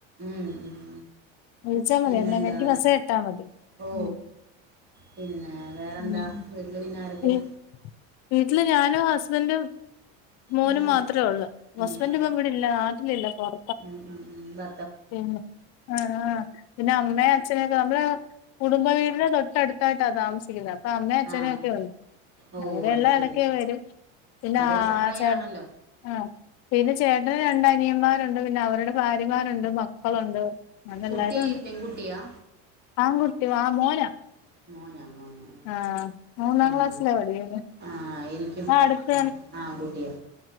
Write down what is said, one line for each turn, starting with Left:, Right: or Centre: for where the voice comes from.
Right: ഉം ഉം
Left: വിളിച്ചാ
Right: പിന്നെന്താ
Left: മതി എന്താന്ന് എനിക്ക് മെസ്സേജിട്ടാ മതി.
Right: ഓ
Left: ഉം
Right: പിന്നെ വേറെന്താ
Left: മ്
Right: വീട്ടിൽ പിന്നെ ആരൊക്കെയാ
Left: വി വീട്ടില് ഞാനും ഹസ്ബൻഡും മോനും
Right: ഉം,
Left: മാത്രെവൊള്ള്
Right: ഉം,
Left: ഹസ്ബന്റ്ഡ്പ്പം ഇവിടില്ല നാട്ടിലില്ല പൊറ
Right: ഉം ഉം ഉം ഭ
Left: പിന്നെ ആഹാ ആഹാ പിന്നെ അമ്മെ അച്ഛനെയൊക്കെ നമ്മള് കുടുംബ വീടിന് തൊ ട്ടടുത്തായിട്ടാ താമസിക്കുന്നെ അപ്പ അമ്മേം അച്ഛനുയൊക്കെയുണ്ട്.
Right: ആ ഓ
Left: അവരെല്ലാം
Right: അത് ശരി
Left: എടക്കേ വെരും പിന്നെ
Right: അതൊരു
Left: ആ
Right: സഹായമാണല്ലോ
Left: ചേട്ട ആ പിന്നെ ചേട്ടന് രണ്ടനിയന്മാരുണ്ട് പിന്നവരുടെ ഫാര്യമാരുണ്ട്, മക്കളുണ്ട് അങ്ങനെല്ലാരുവുണ്ട്.
Right: കുട്ടി പെൺകുട്ടിയാ
Left: ആൺകുട്ടി ആഹാ മോനാ
Right: മോന മോനാ.
Left: ആഹ് മൂന്നാം
Right: ആ
Left: ക്ലാസ്സിലാ പഠിക്കുന്നെ
Right: ആഹാ എനിക്കും
Left: ആ അടുത്ത്
Right: ആഹാ ആൺ കുട്ടിയാ.